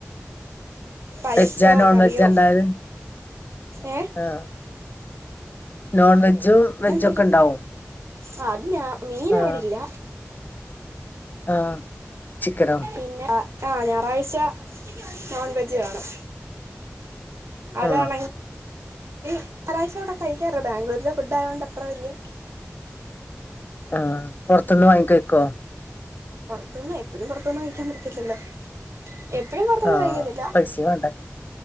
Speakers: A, on the right; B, on the left.
A: പരിപ്പോ
B: വെജാ നോൺ
A: കറിയോ
B: വെജാണ്ടാവല്
A: ഏഹ്
B: ആ നോൺ വെജും
A: അങ്ങനെ
B: വെജും
A: എന്തേലും
B: ഒക്കെണ്ടാവും
A: ആഹ് അത് ഞാ മീൻ
B: ആ
A: അവിടെ ഇല്ല
B: ആഹ് ചിക്കനോ
A: പിന്നെ ആ ആ ഞായറാഴ്ച നോൺ വെജ് വേണം അതണെ
B: ആ
A: ഇപ്രാവിശ്യം ഇവിടെ കഴിക്കാറ് ബാംഗ്ലൂരിലെ ഫുഡ് ആയോണ്ട് അത്ര വല്ല്യാ
B: ആ പൊറത്ത്ന്ന് വാങ്ങിക്കയിക്കൊ
A: പൊറ്ത്തുന്ന് എപ്പോഴും പൊറത്തുന്നു കഴിക്കാൻ പറ്റത്തില്ലല്ലോ എപ്പഴും പൊറ്ത്തുന്ന്
B: ആ
A: കഴിക്കത്തില്ല
B: പൈസ വേണ്ട